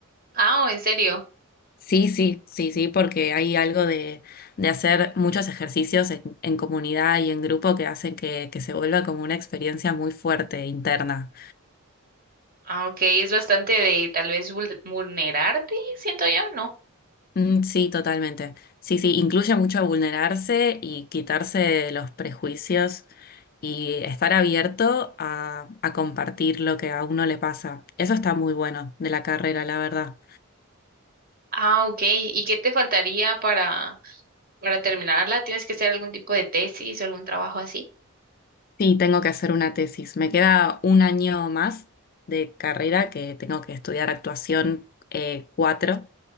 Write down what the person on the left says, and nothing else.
Sí, sí, sí, sí, porque hay algo de, de hacer muchos ejercicios en, en comunidad y en grupo que hacen que, que se vuelva como una experiencia muy fuerte, interna.
Mm, sí, totalmente. Sí, sí, incluye mucho vulnerarse y quitarse los prejuicios y estar abierto a, a compartir lo que a uno le pasa. Eso está muy bueno de la carrera, la verdad.
Sí, tengo que hacer una tesis. Me queda un año más de carrera que tengo que estudiar actuación eh, 4.